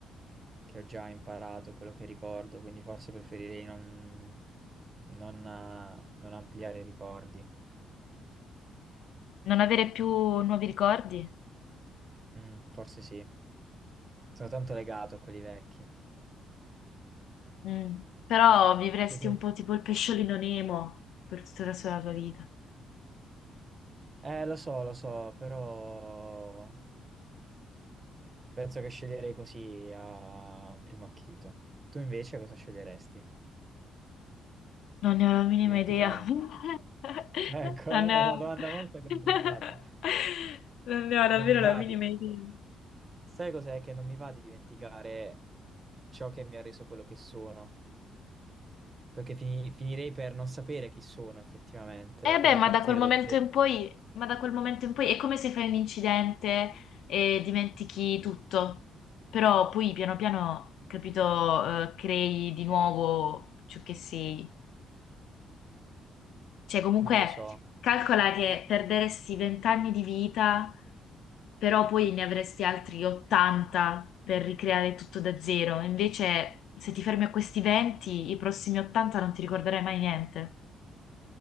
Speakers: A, on the right (about 35°); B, on the left (about 75°).
A: che ho già imparato, quello che ricordo, quindi forse preferirei non, non, eh, non ampliare i ricordi.
B: Non avere più nuovi ricordi?
A: Mm, forse sì. Sono tanto legato a quelli vecchi.
B: Mm. Però vivresti
A: Dove-
B: un po' tipo il pesciolino Nemo per tutta la sua- la tua vita.
A: Eh, lo so, lo so, però... Penso che sceglierei così a primo acchito. Tu invece cosa sceglieresti?
B: Non ne ho la minima
A: Dimenticare?
B: idea. <laughs>
A: Ecco,
B: Non
A: è
B: ne
A: una
B: ho...
A: domanda molto complicata.
B: <laughs> Non ne ho davvero
A: Non mi va
B: la minima
A: di...
B: idea.
A: Sai cos'è che non mi va di dimenticare ciò che mi ha reso quello che sono? Perché fini- finirei per non sapere chi sono effettivamente,
B: Eh
A: come
B: beh, ma
A: partire
B: da quel momento
A: da zero.
B: in poi, ma da quel momento in poi è come se fai un incidente e dimentichi tutto. Però poi piano piano, capito, eh, crei di nuovo ciò che sei. Cioè, comunque,
A: Non lo so.
B: calcola che perderesti 20 anni di vita, però poi ne avresti altri 80 per ricreare tutto da zero. Invece, se ti fermi a questi 20, i prossimi 80 non ti ricorderai mai niente.